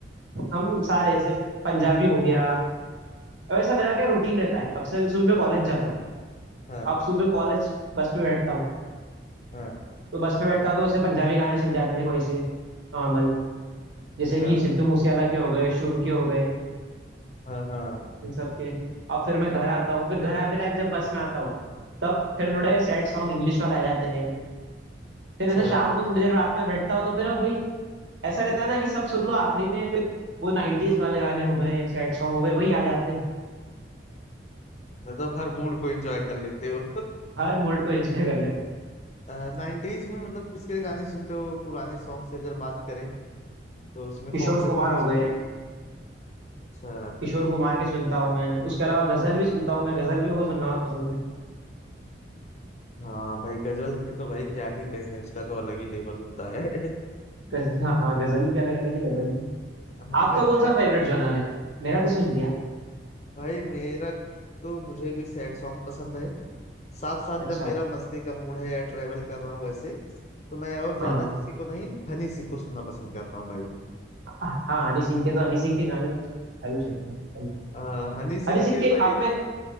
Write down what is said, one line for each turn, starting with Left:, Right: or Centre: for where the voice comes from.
Right: हम सारे ऐसे पंजाबी हो गया अब ऐसा मेरा क्या रूटीन रहता है अब से सुबह मैं कॉलेज जाता हूँ
Left: हाँ
Right: अब सुबह कॉलेज बस में बैठता हूँ
Left: हाँ
Right: तो बस में बैठता हूँ तो ऐसे पंजाबी गाने चल जाते हैं कोई से नॉर्मल जैसे
Left: अच्छा
Right: कि सिद्धू मूसेवाला के हो गए शुभ के हो गए
Left: हाँ हाँ
Right: इन सब के अब फिर मैं घर आता हूँ फिर घर आते टाइम जब बस में आता हूँ तब फिर थोड़े सैड सॉन्ग इंग्लिश वाले आ जाते हैं फिर
Left: अच्छा
Right: ऐसे शाम को थोड़ी देर रात में बैठता हूँ तो फिर अब वही ऐसा रहता है ना कि सब सुन लो आखिरी में फिर वो नाइन्टीज वाले गाने हो गए सैड सॉन्ग हो गए वही याद आते हैं।
Left: मतलब हर मूड को एंजॉय कर लेते हो
Right: हर मूड को एंजॉय कर लेते हैं।
Left: <laughs> नाइनटीज में मतलब किसके गाने सुनते हो पुराने सॉन्ग से अगर बात करें तो उसमें
Right: किशोर
Left: कौन से सॉन्ग्स
Right: कुमार हो गए
Left: पसंद अच्छा
Right: किशोर कुमार के सुनता हूँ मैं उसके अलावा गजल भी सुनता हूँ मैं गजल भी मेरे को सुनना बहुत पसंद है
Left: हाँ भाई गजल की तो भाई क्या ही कहने उसका तो अलग ही लेवल होता है <laughs>
Right: गजल हाँ हाँ गजल के अलग अलग ही लोगों ने
Left: हाँ
Right: आपका
Left: मैं तो
Right: कौन सा
Left: यार-
Right: फेवरेट जॉनर है मेरा तो सुन लिया
Left: भाई मेरा तो मुझे भी सैड सॉन्ग पसंद है साथ साथ
Right: अच्छा
Left: जब मेरा मस्ती का मूड है या ट्रेवल कर रहा हूँ वैसे तो मैं और ज्यादा
Right: हाँ
Left: किसी को नहीं हनी सिंह को सुनना पसंद करता हूँ भाई
Right: हाँ हनी सिंह के तो हनी सिंह के गाने तो अभी सकते हैं।
Left: आ, हनी सिंह
Right: हनी सिंह
Left: के
Right: के
Left: भाई
Right: आपने